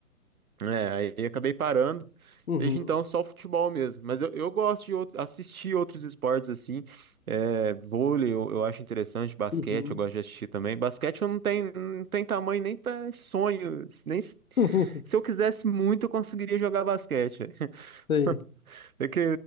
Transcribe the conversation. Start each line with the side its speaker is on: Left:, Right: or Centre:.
Right: é, aí eu acabei parando.
Left: Uhum.
Right: Desde então, só o futebol mesmo. Mas eu, eu gosto de out- assistir outros esportes assim. É, vôlei eu, eu acho interessante, basquete
Left: Uhum.
Right: eu gosto de assistir também. Basquete eu não tenho, não tem tamanho nem para sonho. Nem, se
Left: <laughs>
Right: se eu quisesse muito, eu conseguiria jogar basquete. <laughs>
Left: Sei.
Right: Tem que